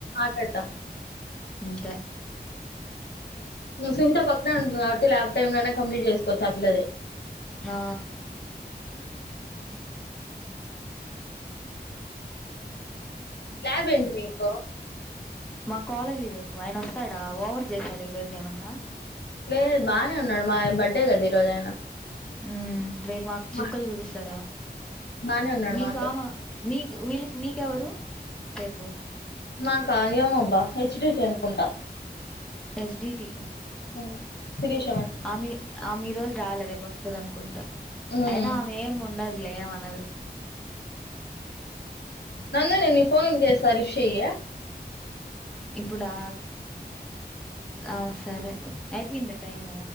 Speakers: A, on the left; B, in the centre.
A: పెడతా
B: అంతే
A: సునీత పక్కనే ఉంటుంది కాబట్టి ల్యాబ్ టైమ్ లోనే కంప్లీట్ చేసుకోవచ్చు ఆ పిల్లదే
B: ఆ
A: ల్యాబ్ ఏంటి మీకు
B: మా కాలేజీ రేపు ఆయన వస్తాడా ఓవర్ చేశాడు ఈరోజు ఏమన్నా
A: లేదు బాగానే ఉన్నాడు మా బర్త్డే కదా ఈరోజు ఆయన
B: ఉ రేపు మాకు చూక్కలు
A: మా
B: చూపిస్తాడు ఏమో
A: బానే ఉన్నాడు
B: మీకు
A: మాతో.
B: ఆమ మీకు వీళ్ళకి మీకెవరు రేపు
A: మా ఏమో అబ్బా హెచ్ డిటి అనుకుంటా
B: హెచ్ డీ టి
A: హ్మ్. శిరీష మేడం.
B: అమే అమే ఈరోజు రాలే రేపు వస్తుంది అనుకుంటా
A: హ్మ్.
B: అయినా ఆమె ఏమి ఉండదు లే ఏం అనదు
A: నందే నీ ఫోన్ చేస్తా లిఫ్ట్ చేయి
B: ఇప్పుడా ఆ సరే అయిపోయిందా టైమ్